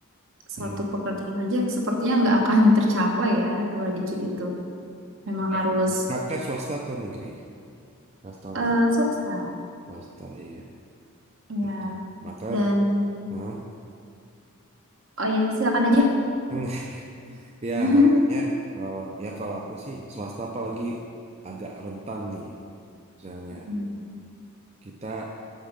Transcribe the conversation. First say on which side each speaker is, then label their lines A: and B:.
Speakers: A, on the right (about 30°); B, on the right (about 60°).
A: Hmm.
B: satu pekerjaan aja sepertinya nggak akan <laughs> tercapai ya dua digit itu. Memang
A: Ya,
B: harus
A: Kak. Kakak swasta atau negeri? Swasta lah
B: eh
A: ya.
B: swasta
A: Swasta, iya.
B: ya.
A: Itu. Maka,
B: Dan
A: Hah?
B: oh ya silakan aja.
A: <laughs> ya
B: <laughs>
A: makanya kalau ya kalau aku sih swasta apalagi agak rentan nih. Misalnya
B: Hmm,
A: kita,